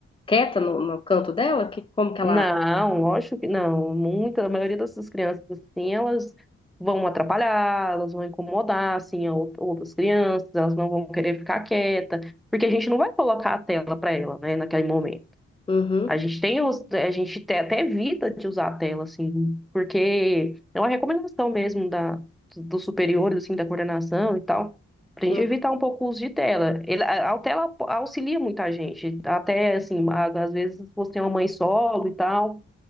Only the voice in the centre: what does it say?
Não,
lógico que não. Muita, a maioria dessas crianças, assim, elas vão atrapalhar, elas vão incomodar, assim, a ou- outras crianças, elas não vão querer ficar quieta, porque a gente não vai colocar a tela para ela, né, naquele momento.
A gente tem, os- a gente te- até evita de usar a tela, assim, porque é uma recomendação mesmo da, dos superiores, assim, da coordenação e tal, pra gente
evitar um pouco o uso de tela. Ele, a, a tela auxilia muita gente, até, assim, a- às vezes você é uma mãe solo e tal,